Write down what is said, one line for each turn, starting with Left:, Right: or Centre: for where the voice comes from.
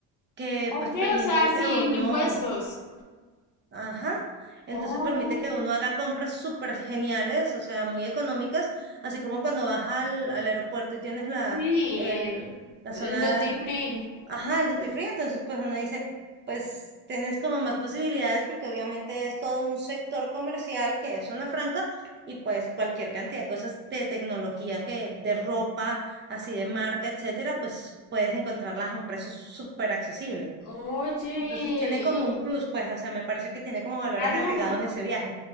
Right: que
Left: ok,
Right: pues permite
Left: o sea,
Right: que
Left: sin
Right: uno...
Left: impuestos.
Right: Ajá. Entonces
Left: Oh,
Right: permite que uno haga compras súper geniales, o sea, muy económicas, así como cuando vas al, al aeropuerto y tienes la,
Left: sí,
Right: el, la
Left: el,
Right: zona,
Left: el duty free.
Right: ajá,
Left: Ujú.
Right: el duty free, entonces pues uno dice, pues tienes como más posibilidades porque obviamente es todo un sector comercial que es zona franca y pues cualquier cantidad de cosas de tecnología que, de ropa, así de marca, etcétera, pues puedes encontrarlas a un precio súper accesible.
Left: Oye,
Right: Entonces tiene como un plus, pues, o sea, me parece que tiene como valores
Left: claro,
Right: agregados ese viaje.